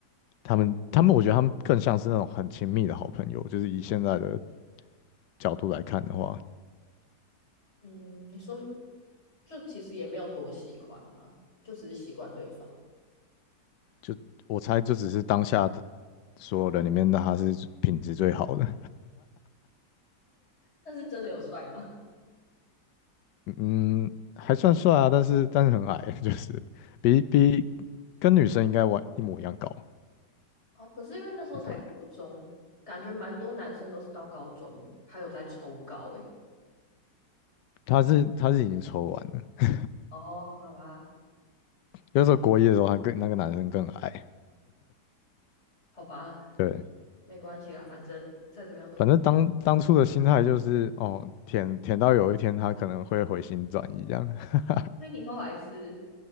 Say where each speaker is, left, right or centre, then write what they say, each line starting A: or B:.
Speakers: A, on the left (about 85°); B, on the left (about 40°).
A: 他们他们，我觉得他们更像是那种很亲密的好朋友，就是以现在的角度来看的话，
B: 嗯，你说就其实也没有多喜欢嘛，就只是习惯对方。
A: 就我猜就只是当下的所有人里面，的他是品质最好的。
B: 但是真的有帅吗？
A: 嗯，还算帅啊，但是但是很矮，<laughs> 就是比比跟女生应该完一模一样高。
B: 哦，可是因为那时候才国中，
A: 对，
B: 感觉蛮多男生都是到高中还有在抽高诶、欸
A: 他是他是已经抽完了，
B: 哦，好吧，
A: 有时候国一的时候还跟那个男生更矮。
B: 也好吧，
A: 对，
B: 没关系啦，反正再怎么样都会比
A: 反正当当初的心态就是哦，舔舔到有一天他可能会回心转意这样。<laughs>
B: 所以你后来是